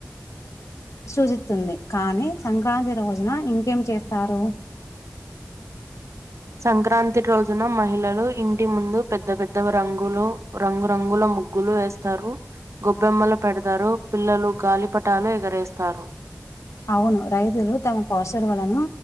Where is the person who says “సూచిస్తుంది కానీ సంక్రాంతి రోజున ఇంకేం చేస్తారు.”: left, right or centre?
Left